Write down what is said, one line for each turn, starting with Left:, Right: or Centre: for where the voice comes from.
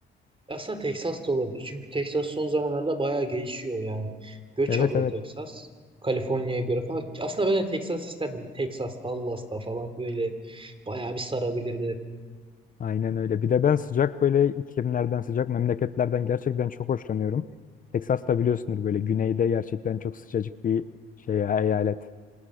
Right: Aslında Texas da olabilir. Çünkü Texas son zamanlarda bayağı gelişiyor yani. Göç
Left: evet
Right: alıyor
Left: evet
Right: Texas. Kaliforniya'ya göre falan. Aslında ben de Texas isterdim. Bir Texas, Dallas'ta falan böyle bayağı bir sarabilirdi.
Left: Aynen öyle. Bir de ben sıcak böyle iklimlerden, sıcak memleketlerden gerçekten çok hoşlanıyorum. Texas da biliyorsundur böyle güneyde gerçekten çok sıcacık bir şey ya, eyalet.